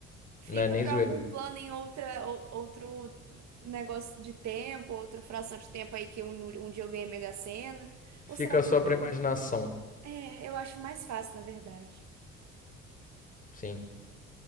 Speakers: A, on the right; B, on the left.
A: Fica
B: Não é nem
A: para
B: zoeira.
A: algum plano em outra, ou- outro negócio de tempo, outra fração de tempo aí que um, um dia eu ganhei Mega Sena.
B: Fica
A: Ou será
B: só
A: que.
B: pra imaginação.
A: É, eu acho mais fácil, na verdade.
B: Sim.